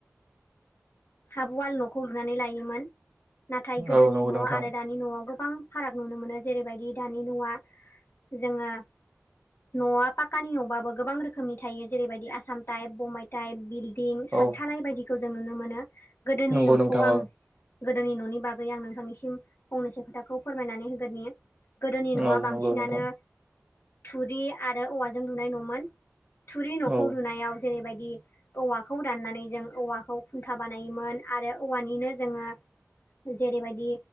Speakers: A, on the left (about 55°); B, on the right (about 20°).
A: हाबवाल न'खौ लुनानै लायोमोन नाथाय गोदोनि
B: औ नंगौ
A: न'
B: नोंथां
A: आरो दानि न'आव गोबां फाराग नुनो मोनो जेरैबायदि दानि न'आ जोङो न'आ पाक्कानि न'बाबो गोबां रोखोमनि थायो जेरैबायदि आसाम टाइप बम्बाइ टाइप बिदि दिं सारथानाय
B: औ
A: बायदिखौ जों नुनो मोनो गोदोनि
B: नंगौ
A: न'खौ
B: नोंथां
A: आं
B: औ
A: गोदोनि न'नि बागै आं नोंथांनिसिम फंनैसो खोथाखौ फोरमायनानै होग्रोनि गोदोनि न'आ
B: औ
A: बांसिनानो
B: नंगौ नोंथां
A: थुरि आरो औवाजों लुनाय न'मोन थुरि न'खौ
B: औ
A: लुनायाव जेरैबायदि औवाखौ दाननानै जों औवाखौ फु- सा बानायोमोन आरो औवानिनो जोङो जेरैबायदि